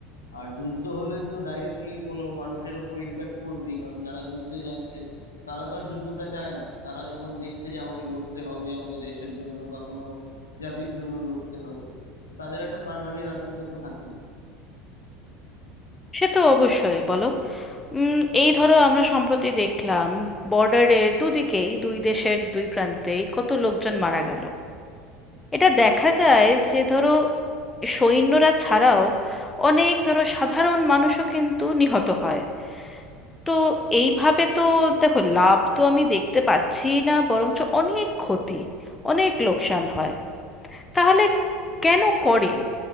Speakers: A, on the left; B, on the left.
A: আর যুদ্ধ হলে তো ডাইরেক্টলি কোনো মানুষের উপর ইম্প্যাক্ট পড়বেই কারণ যারা যুদ্ধে যাচ্ছে তারা তো আর যুদ্ধটা চায় না তারা যখন দেখছে যে আমাকে লড়তে হবে আমাকে দেশের জন্য বা কোনো জাতির জন্য লড়তে হবে তো তাদের একটা প্রাণহানির আশঙ্কা তো থাকেই
B: সে তো অবশ্যই বলো উম, এই ধরো আমরা সম্প্রতি দেখলাম বর্ডারে দুদিকেই দুই দেশের দুই প্রান্তেই কত লোকজন মারা গেল এটা দেখা যায় যে ধরো সৈন্যরা ছাড়াও অনেক ধরো সাধারণ মানুষও কিন্তু নিহত হয় তো এইভাবে তো দেখো লাভ তো আমি দেখতে পাচ্ছি না বরঞ্চ অনেক ক্ষতি অনেক লোকসান হয় তাহলে কেন করে